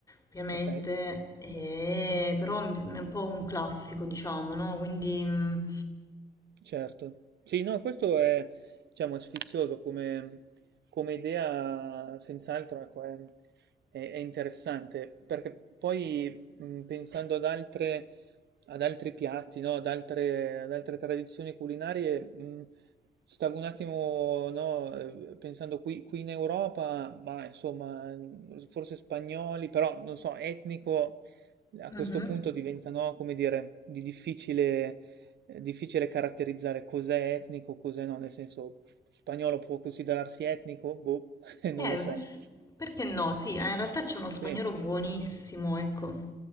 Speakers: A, on the left; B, on the right.
A: ovviamente,
B: ok.
A: e- però è un po' un classico, diciamo, no? Quindi... mm,
B: Certo, sì, no, questo è, diciamo, sfizioso come, come idea, senz'altro, ecco, è, è- è interessante, perché poi mh, pensando ad altre, ad altri piatti, no, ad altre, ad altre tradizioni culinarie, mh, stavo un attimo, no, eh, pensando qui, qui in Europa, ma insomma, mh, forse spagnoli, però non so, etnico a
A: mhm.
B: questo punto diventa, no, come dire, di difficile è difficile caratterizzare cos'è etnico, cos'è no, nel senso spagnolo può considerarsi etnico? Boh, <laughs> non
A: Eh,
B: lo so.
A: pues- perché no? Sì, eh, in realtà c'è uno spagnolo
B: Sì.
A: buonissimo, ecco,